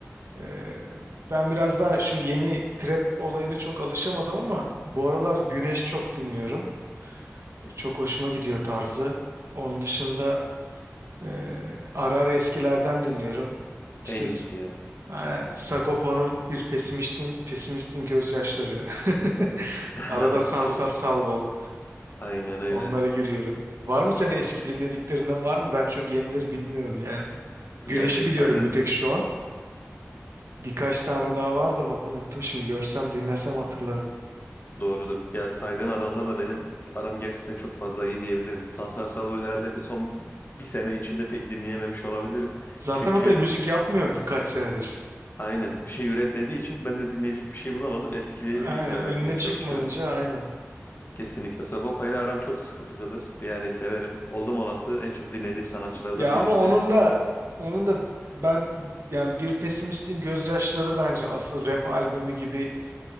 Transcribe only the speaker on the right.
Ee, ben biraz daha şu yeni trap olayına çok alışamadım ama bu aralar Güneş çok dinliyorum. Çok hoşuma gidiyor tarzı. Onun dışında e, ara ara eskilerden dinliyorum. İşte
Ha, Sagopa'nın bir pesimistin pesimistin gözyaşları. <laughs>
Arada Sansar
Salvo.
Onlara giriyorum. Var mı senin eski dinlediklerinden var mı? Ben çok yenileri bilmiyorum yani. Güneş'i
biliyorum
bir tek şu an. Birkaç
tane daha var da bak unuttum şimdi. Görsem dinlesem hatırlarım.
Zaten
o da müzik yapmıyor birkaç senedir.
Aynen
önüne
çıkmayınca aynen.
Ya ama
onun da onun da ben yani bir pesimistin gözyaşları bence asıl rap albümü gibi